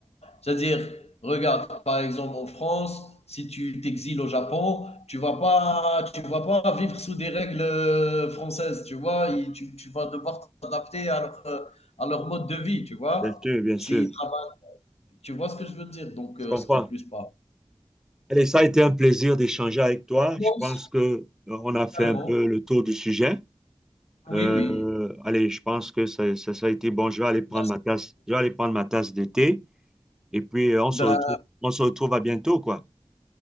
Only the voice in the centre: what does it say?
Bien sûr, bien sûr.
Je
comprends.
Allez, ça a été un plaisir d'échanger avec toi.
Je
pense que euh, on a fait
un peu le tour du sujet.
Euh,
allez, je pense que ça, ça, ça a été bon. Je vais aller prendre
ma tasse, je vais aller prendre ma tasse de thé. Et puis, euh, on
se retrouve, on se retrouve à bientôt, quoi.